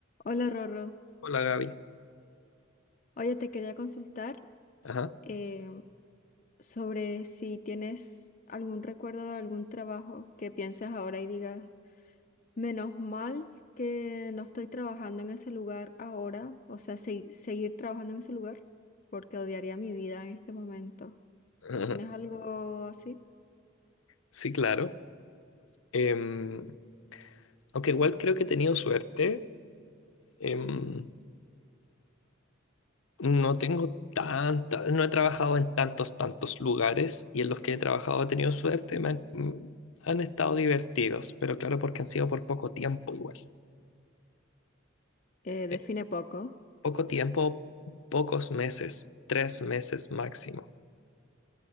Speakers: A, on the left; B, on the left.
A: Hola Rorro.
B: Hola Gaby.
A: Oye, te quería consultar
B: Ajá.
A: eh, sobre si tienes algún recuerdo de algún trabajo que pienses ahora y digas, menos mal que no estoy trabajando en ese lugar ahora, o sea, segui- seguir trabajando en ese lugar, porque odiaría mi vida en este momento.
B: ajá,
A: ¿Tienes algo así?
B: Sí, claro. Em, aunque igual creo que he tenido suerte. Em, no tengo tanta, no he trabajado en tantos, tantos lugares y en los que he trabajado he tenido suerte. Me han, mm, han estado divertidos, pero claro, porque han sido por poco tiempo igual.
A: Eh, define
B: Eh,
A: poco.
B: poco tiempo, pocos meses, tres meses máximo.